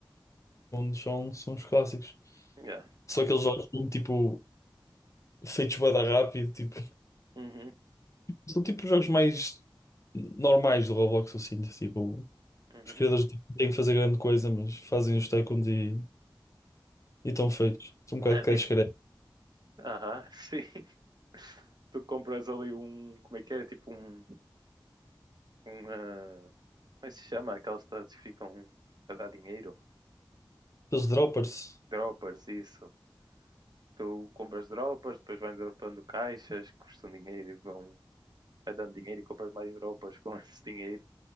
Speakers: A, on the left; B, on the right.
A: Tycoons são, são os clássicos.
B: Yeah.
A: Só aqueles jogos, tipo, feitos bué da rápido, tipo...
B: Uhum,
A: São tipo jogos mais normais do Roblox, eu sinto. Tipo,
B: uhum.
A: os criadores tipo, não têm que fazer grande coisa, mas fazem os tycoons e e estão feitos. São um bocado
B: É
A: cash
B: tipo,
A: grab.
B: aham, sim. <laughs> Tu compras ali um, como é que é? Tipo um, um ah, como é que se chama? Aquelas cidades que ficam a dar dinheiro,
A: Os droppers,
B: droppers, isso. Tu compras dropas, depois vais dropando caixas, que custam dinheiro e vão vai dando dinheiro e compras mais dropas com <laughs> esse dinheiro.